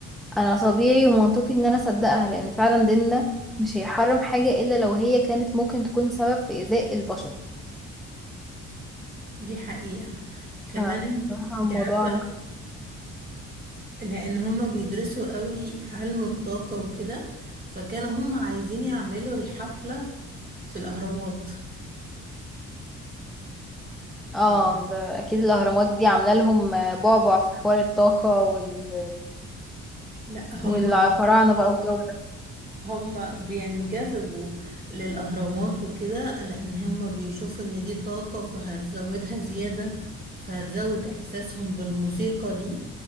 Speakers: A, in the centre; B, on the right (about 30°).
A: انا طبيعي ومنطقي ان انا اصدقها لان فعلا ديننا مش هيحرم حاجه الا لو هي كانت ممكن تكون سبب في ايذاء البشر
B: دي حقيقة كمان
A: ف-
B: انت
A: بصراحة
B: انت
A: الموضوع
B: عارفة لان هما بيدرسوا قوي علم الطاقة وكده فكانوا هما عايزين يعملوا الحفلة في الاهرامات
A: اه
B: أم.
A: ده اكيد الاهرامات دي عامله لهم بعبع في حوار الطاقه وال...
B: لا
A: والفراعنه
B: هما
A: بقى والجو ده
B: هما بينجذبوا للاهرامات وكده لان هما بيشوفوا ان دي طاقة فهتزودها زيادة فهتزود احساسهم بالموسيقى دي